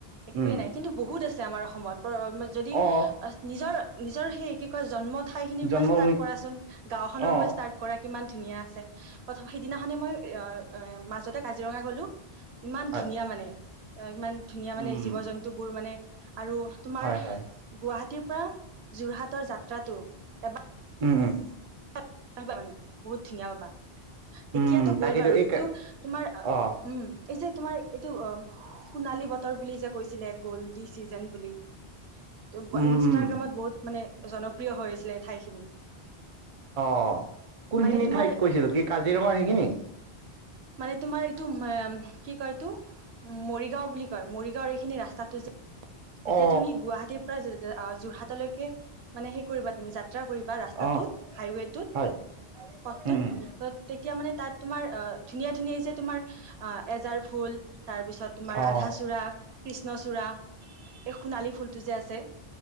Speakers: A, on the right; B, on the right.
A: একোৱে
B: উম
A: নাই, কিন্তু বহুত আছে আমাৰ অসমত যদি
B: অ
A: নিজৰ নিজৰ সেই কি কয় জন্মত ঠাই খিনিৰ
B: জন্মভূমিত
A: পৰা ষ্টাৰ্ট কৰাচোন। গাঁওখনৰ
B: অ
A: পৰা ষ্টাৰ্ট কৰা। কিমান ধুনীয়া আছে। প্ৰথম সিদিনাখনে মই এ <unintelligible> মাজতে কাজিৰঙা গ'লো। ইমান
B: হয়
A: ধুনীয়া মানে। অ', ইমান ধুনীয়া মানে,
B: উম
A: জীৱ-জন্তুবোৰ মানে আৰু তোমাৰ
B: হয় হয়
A: গুৱাহা টীৰ পৰা যোৰহাটৰ যাত্ৰাটো এবাৰ
B: উম, উম।
A: <unintelligible> মানে, বহুত ধুনীয়া পাবা। এতিয়াতো
B: উম তাকেতো
A: গ'ল বাৰু
B: এই
A: কিন্তু তোমাৰ <unintelligible>
B: অ
A: উম, এই যে তোমাৰ এইটো অ', সোণালী বতৰ বুলি যে কৈছিলে, গল্ডি চিজন বুলি। <unintelligible>
B: উম
A: ইনষ্টাগ্ৰামত
B: উম
A: বহুত মানে জনপ্ৰিয় হৈছিলে ঠাইখিনি।
B: অ', কোনখিনি
A: মানে তোমাৰ
B: ঠাইক কৈছিলে, কি কাজিৰঙাৰ সেইখিনি?
A: মানে তোমাৰ <unintelligible> এইটো কি কয়, এইটো মৰিগাঁও বুলি কয়। মৰিগাঁওৰ এইখিনি ৰাস্তাটো যে যেতিয়া
B: অ
A: তুমি গুৱাহাটীৰ পৰা আহ! যোৰহাটলৈকে মানে সেই কৰিবা তুমি যা ত্ৰা কৰিবা ৰাস্তাটোত,
B: অ
A: হাইৱেটোত,
B: হয়
A: পথটোত
B: উম উম
A: তেতিয়া মানে তাত তোমাৰ <unintelligible> ধুনীয়া-ধুনীয়া যে তোমাৰ এজাৰ ফুল তাৰপিছত তোমাৰ
B: অ
A: ৰাধাচূড়া, কৃষ্ণচূড়া এই সোণালী ফুলটো যে আছে